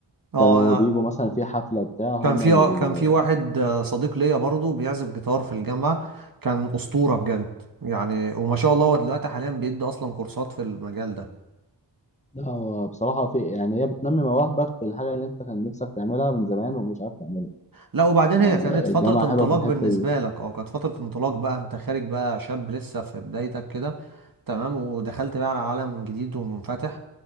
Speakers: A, on the right; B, on the left.
A: اه
B: كانوا
A: أنا
B: بيجوا مثلا في حفلة بتاع هم
A: كان في
B: اللي
A: اه
B: بي...
A: كان في واحد آه، صديق ليا برضه بيعزف جيتار في الجامعة كان أسطورة بجد يعني وما شاء الله هو دلوقتي حاليا بيدي أصلا كورسات في المجال ده
B: لا، هو بصراحة في يعني هي بتنمي مواهبك في الحاجة اللي أنت كان نفسك تعملها من زمان ومش عارف تعملها
A: لا وبعدين
B: يعني
A: هي كانت فترة
B: الجامعة
A: انطلاق
B: حلوة في الحتة
A: بالنسبة
B: دي
A: لك اه كانت فترة انطلاق بقى انت خارج بقى شاب لسه في بدايتك كده تمام ودخلت بقى على عالم جديد ومنفتح